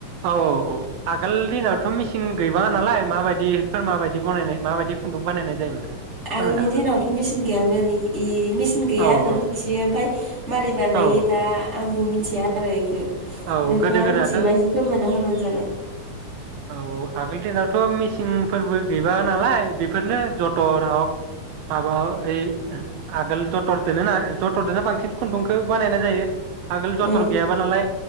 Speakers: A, on the right; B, on the right.
A: औ औ औ आगोल दिनावथ मिसिं गैबाङा नालाय माबायदिफोर माबायदि बानायनाय माबायदि खुन्दुं बानायनाय जायोमोन नोंथां? एसे फोरमायनो
B: आगोलनि
A: हागोन नामा?
B: दिनावथ मेचिन गैयामोन मेचिन गैया
A: औ
B: होनना मिथियो ओमफ्राय मारै बानायो
A: औ
B: दा आंबो मिथिया थिया आरो एखौ
A: औ
B: नोंथाङा
A: गोदो गोदायाथ'
B: मिथियोबा एसे फोरमायना होबानो जाबाय
A: औ आगोल दिनावथ मिसिंफोरबो गैबा नालाय बेफोरनो जथर हक माबा ओइ आगोल जथरदोनो ना जथरदोनो बांसिन खुन्दुंखौ बानायनाय जायो आगोल जथ्र
B: औ
A: गैयाबा नालाय